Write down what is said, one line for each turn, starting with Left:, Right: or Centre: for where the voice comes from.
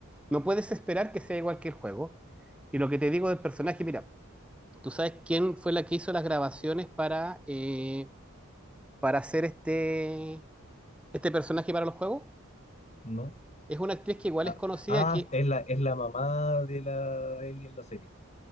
Centre: no puedes esperar que sea igual que el juego. Y lo que te digo del personaje, mira, ¿tú sabes quién fue la que hizo las grabaciones para, eh, para hacer este, este personaje para los juegos?
Left: ¿no?
Centre: Es una actriz que igual
Left: Ah,
Centre: es conocida,
Left: ah,
Centre: que
Left: es la, es la mamá de la Ellie en la serie.